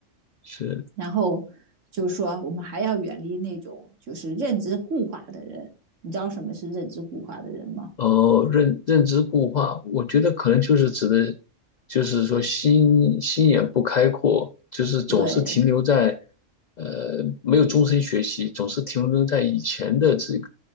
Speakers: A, on the left; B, on the right.
A: 是。
B: 然后就是说，我们还要远离那种就是认知固化的人，你知道什么是认知固化的人吗？
A: 呃，认认知固化，我觉得可能就是指的，就是说心心眼不开阔，就是总是停留在，
B: 对
A: 呃，没有终身学习，总是停留在以前的这个